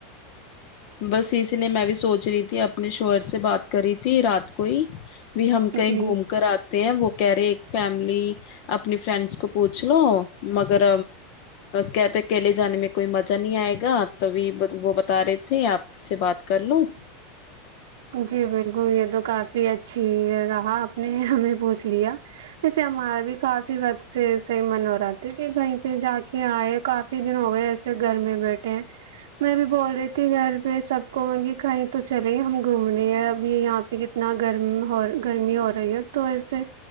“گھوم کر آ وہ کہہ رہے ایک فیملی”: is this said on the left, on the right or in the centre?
Left